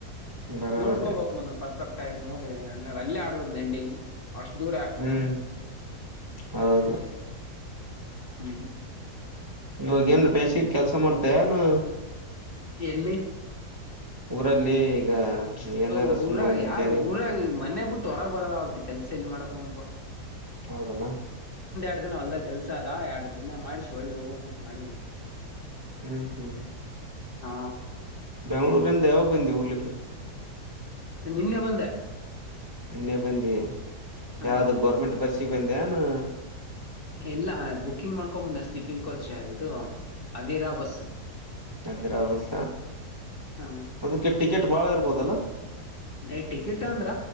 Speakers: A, on the right; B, on the left.
A: ಬರೋಬರಿ
B: ನೋಡ್ಕೋಬಕ್ ಮೊದ್ಲು ಪರ್ಫೆಕ್ಟ್ ಆಗಿ ನೋಡಿ ಆಮೇಲೆ ಅಲ್ಲೇ ಆಡ್ಬುಕ ದಂಡಿಗೆ ಅಷ್ಟ ದೂರ ಯಾಕ್ ಹೋಗ್ಬೇಕು
A: ಹ್ಮ್ ಹೌದು
B: ಹೂ
A: ಇವಾಗೇಏನ್ ಬೇಸಿಗಿ ಕೆಲಸ ಮಾಡ್ತೇಯಾನ
B: ಎಲ್ಲಿ
A: ಊರಲ್ಲಿ ಈಗ ಏನಾರ
B: ಹ
A: ಸುಮ್ಮ
B: ಊರಾಗ
A: ಮುಂಜಾನೆ
B: ಯಾ ಊರಾಗ ಮನೇ ಬಿಟ್ಟು ಹೊರಾಗ ಬರದ ಅರದ ಆಗವಲ್ತ ಕೆಲ್ಸ ಎಲ್ಲಿ ಮಾಡಕ ಅಂತ್ತ
A: ಹೌದಲ್ಲಾ
B: ಇಟ್ ದಿನ ಹೊಲ್ದ ಕೆಲ್ಸ ಅದ ಎರಡ್ ದಿನ ಮಾಡಿ ಹೊಳ್ ಹೋಗ್ಕ್ ಅಂತ ಮಾಡಿಿನಿ
A: ಹೂ ಹೂ <inaudible>
B: ಹಾ
A: ಬೆಂಗಳೂರ ರಿಂದ ಯಾವಾಗ ಬಂದ್ದಿ ಉರ್ಲಿಕ್ಕೆ
B: ನಿನ್ನೆ ಬಂದೆ
A: ಇನ್ನೆ ಬಂದಿ
B: ಹ
A: ಯಾವ್ದ ಗೊರ್ಮೆಂಟ್ ಬಸ್ಸಿಗೆ ಬಂದೇನ
B: ಇಲ್ಲ ಬುಕಿಂಗ್ ಮಾಡ್ಕೊಂಬಂದೆ ಸ್ಲೀಪಿಂಗ್ ಕೋಚ್ ಇದು ಅದ್ದಿರಾ ಬಸ್
A: ಅದಿರಾ ಬಸ್
B: ಹ
A: ಅದಕ್ಕೆ ಟಿಕೆಟ್ ಬಾಳ ಇರ್ಬೋದಲ್ಲ
B: ಏ ಟಿಕೆಟ್ ಅಂದ್ರ